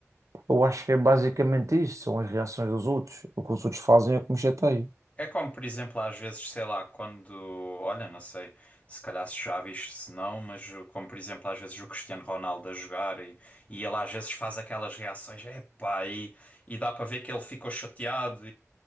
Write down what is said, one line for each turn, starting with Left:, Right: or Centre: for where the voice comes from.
Right: Eu acho que é basicamente isso, são as reações dos outros. O que os outros fazem é que me chateia.
Left: É como, por exemplo, às vezes, sei lá, quando, olha, não sei, se calhar se já viste, se não, mas uh, como, por exemplo, às vezes o Cristiano Ronaldo a jogar e, e ele às vezes faz aquelas reações, epá, e, e dá para ver que ele ficou chateado